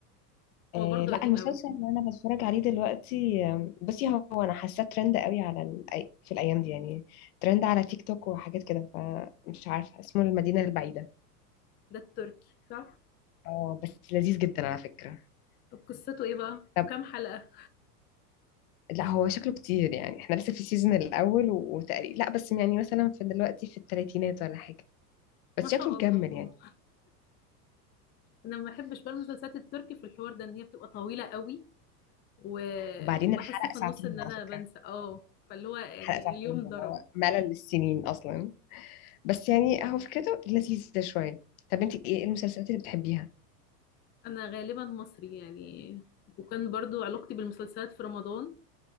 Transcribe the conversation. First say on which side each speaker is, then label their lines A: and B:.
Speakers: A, on the left; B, on the left.
A: أه
B: هو برضه
A: لا
B: قديم
A: المسلسل
B: قوي
A: اللي انا بتفرج عليه دلوقتي آم، بصي هو انا حاساه ترند قوي على الأي... في الايام دي يعني ترند على تيك توك وحاجات كده فمش عارفة اسمه المدينة البعيدة
B: ده التركي صح
A: اه بس لذيذ جدا على فكرة
B: طب قصته ايه بقى
A: طب
B: كام حلقة
A: لا هو شكله كتير يعني احنا لسه في السيزون الاول وتقريبا لا بس يعني مثلا في دلوقتي في الثلاثينات ولا حاجه بس
B: ما شاء
A: شكله مكمل
B: الله
A: يعني
B: انا ما بحبش بقى المسلسلات التركي في الحوار ده ان هي بتبقى طويلة قوي و...
A: وبعدين
B: وبحس
A: الحلقه
B: في
A: ساعتين
B: النص ان انا
A: على فكره
B: بنسى اه فاللي هو يعني
A: حلقه ساعتين
B: اليوم ضرب
A: اللي هو ملل للسنين اصلا بس يعني هو فكرته لذيذه شويه طب انت ايه المسلسلات اللي بتحبيها
B: انا غالبا مصري يعني وكان برضو علاقتي بالمسلسلات في رمضان